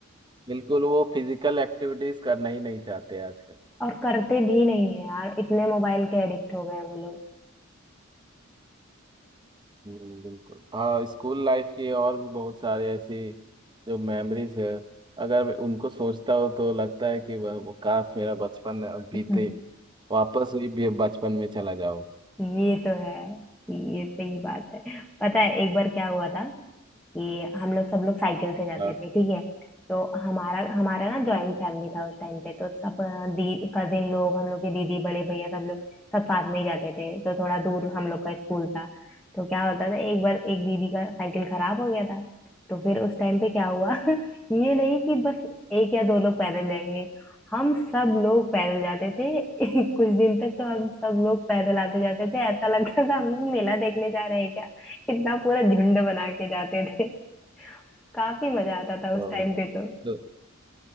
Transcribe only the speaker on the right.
बिल्कुल वो फिजिकल एक्टिविटीज करना ही नहीं चाहते आजकल
हम्म, बिल्कुल हाँ स्कूल लाइफ की और भी बहुत सारे ऐसी जो मेमोरीज है अगर मैं उनको सोचता हूँ तो लगता है कि वह वो काश मेरा बचपन बीते
वापस वही बे- बचपन में चला जाओ
हाँ
तो
ये-
तो